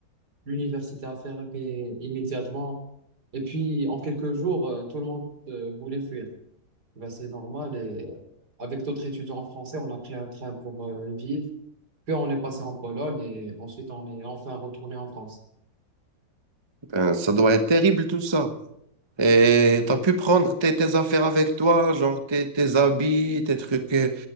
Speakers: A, on the right; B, on the right.
A: L'université a fermé immédiatement. Et puis, en quelques jours, euh, tout le monde euh, voulait fuir. Ben, c'est normal. Et euh, avec d'autres étudiants français, on a pris un train pour euh, vivre. Puis on est passé en Pologne et ensuite on est enfin retourné en France.
B: Ben, ça doit être terrible tout ça. Et tu pu prendre tes, tes affaires avec toi, genre tes, tes habits, tes trucs, euh,